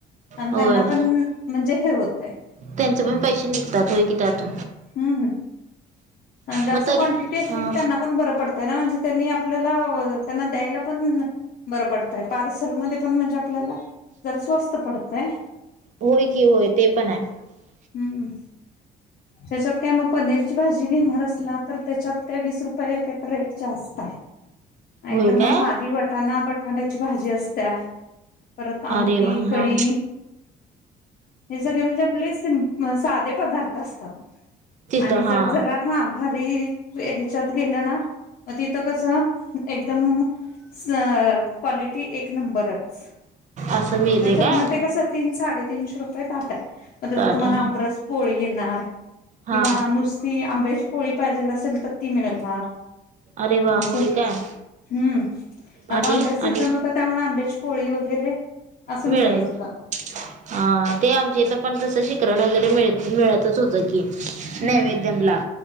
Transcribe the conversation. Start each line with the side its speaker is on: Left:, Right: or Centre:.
Left: आणि
Right: होय
Left: त्यांना
Right: होय
Left: पण म्हणजे हे होतय
Right: त्यांचे पण पैसे निघतात होय की त्यात
Left: ह हम जास्त
Right: मग तरी
Left: क्वांटिटी असली
Right: हा
Left: की त्यांना पण बरं पडतय ना म्हणजे त्यांनी आपल्याला त्यांना द्यायला पण बरं पडतंय पार्सलमध्ये पण म्हणजे आपल्याला जरा स्वस्त पड ते <unintelligible>
Right: होय की होय ते पण आहे <unintelligible>
Left: हम्म त्याच्यात <unintelligible> काय मग पनीरची भाजी घेणार असला तर त्याच्यात काय वीस रुपये काय तर रेट जास्तताय नाहीतर
Right: होय काय
Left: मग साधी वटाणा बटाट्याची भाजी असत्या परत आमटी
Right: अरे वा
Left: कडी
Right: हा
Left: हे सगळे म्हणजे आपले सि <unintelligible> साधे पदार्थ असतात
Right: तित
Left: आणि जर
Right: हा
Left: जरा हा भारी ह्याच्यात गेलं ना अ तिथं कसं एकदम <unintelligible> क्वालिटी एक नंबरच
Right: असं मिळते
Left: त्याच्यात
Right: काय
Left: मग ते कस तीन साडेतीनशे रुपये ताटाय मग <unintelligible> त्या
Right: ताट
Left: <unintelligible> तुम्हाला
Right: हा
Left: आबरस पोळी येणार किंवा
Right: हा
Left: नुसती आंब्याची पोळी पाहिजे असेल तर ती मिळणार
Right: अरे वा
Left: असं
Right: होय काय
Left: हम्म आता
Right: आणि
Left: आंब्याच सिझन
Right: आणि
Left: होत त्यामुळे आंब्याची पोळी वगैरे असं
Right: मिळायच
Left: मिळत होत
Right: हा ते आमच्या इथ पण तस शीखरण वगैरे <unintelligible> मिळतच होत की
Left: हम्म
Right: नैवेदमला